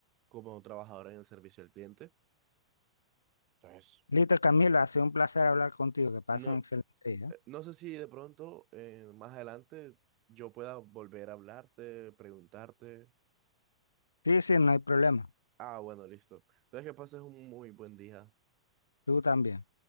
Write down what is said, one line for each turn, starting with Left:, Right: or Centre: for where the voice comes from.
Right: como trabajador en el servicio al cliente. Entonces,
Left: Listo, Camila, ha sido un placer hablar contigo, que pasen
Right: no,
Left: un excelente
Right: eh,
Left: día.
Right: no sé si de pronto, eh, más adelante, yo pueda volver a hablarte, preguntarte.
Left: Sí, sí, no hay problema.
Right: Ah, bueno, listo. Entonces, que pases un muy buen día.
Left: Tú también.